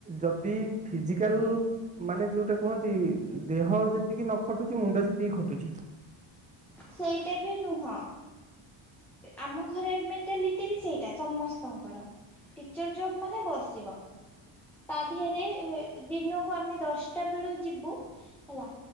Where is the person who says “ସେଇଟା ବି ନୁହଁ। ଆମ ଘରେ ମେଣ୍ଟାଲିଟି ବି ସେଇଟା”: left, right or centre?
Centre